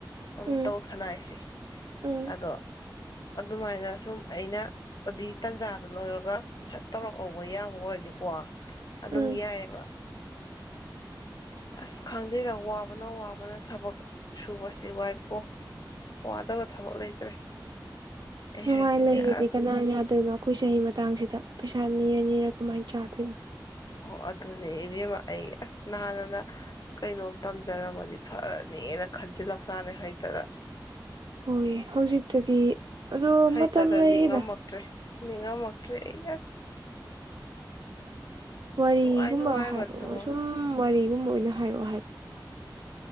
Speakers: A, on the left (about 55°); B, on the right (about 65°).
A: ꯑꯗꯨꯝ
B: ꯎꯝ
A: ꯇꯧ ꯁꯅꯥꯏꯁꯦ
B: ꯎꯝ
A: ꯑꯗꯣ ꯑꯗꯨꯃꯥꯏꯅ ꯁꯨꯝ ꯑꯩꯅ ꯑꯗꯨꯏ ꯇꯟꯖꯥꯗꯨ ꯂꯧꯔꯒ ꯁꯠ ꯇꯧꯔꯛꯑꯧꯕ ꯌꯥꯕ ꯑꯣꯏꯔꯗꯤꯀꯣ ꯑꯗꯨꯝ
B: ꯎꯝ
A: ꯌꯥꯏꯌꯦꯕ ꯑꯁ ꯈꯪꯗꯦꯗ ꯋꯥꯕꯅ ꯋꯥꯕꯅ ꯊꯕꯛ ꯁꯨꯕꯁꯤ ꯋꯥꯏꯀꯣ ꯋꯥꯗꯕ ꯊꯕꯛ ꯂꯩꯇ꯭ꯔꯦ ꯑꯩ
B: ꯅꯨꯡꯉꯥꯏ
A: ꯍꯥꯏꯁꯤꯅꯦ
B: ꯂꯩꯒꯦꯗꯤ
A: ꯑꯁ
B: ꯀꯅꯥ ꯌꯥꯗꯣꯏꯅꯣ ꯑꯩꯈꯣꯏ ꯆꯍꯤ ꯃꯇꯥꯡꯁꯤꯗ ꯄꯩꯁꯥ ꯅꯤꯔ ꯅꯤꯔ ꯀꯃꯥꯏꯅ ꯆꯥꯗꯣꯏꯅꯣ
A: ꯍꯣ ꯑꯗꯨꯅꯦ ꯏꯕꯦꯝꯃ ꯑꯩ ꯑꯁ ꯅꯍꯥꯟꯅ ꯀꯩꯅꯣꯝ ꯇꯝꯖꯔꯝꯃꯗꯤ ꯐꯔꯅꯦꯅ ꯈꯟꯖꯤꯟ ꯂꯥꯛꯆꯥꯅꯦ ꯍꯩꯇꯗ
B: ꯍꯣꯏ ꯍꯧꯖꯤꯛꯇꯗꯤ ꯑꯗꯣ
A: ꯍꯩꯇꯗ
B: ꯃꯇꯝ ꯂꯩꯔꯤꯗ
A: ꯅꯤꯡꯉꯝꯃꯛꯇꯛꯇ꯭ꯔꯦ ꯅꯤꯡꯉꯝꯃꯇ꯭ꯔꯦ ꯑꯩ ꯑꯁ
B: ꯋꯥꯔꯤꯒꯨꯝꯕ
A: ꯅꯨꯡꯉꯥꯏ ꯅꯨꯡꯉꯥꯏꯕ
B: ꯍꯥꯏꯔꯛꯑꯣ
A: ꯊꯕꯛ
B: ꯁꯨꯝ ꯋꯥꯔꯤꯒꯨꯝꯕ ꯑꯣꯏꯅ ꯍꯥꯏꯔꯛꯑꯣ ꯍꯥꯏꯕ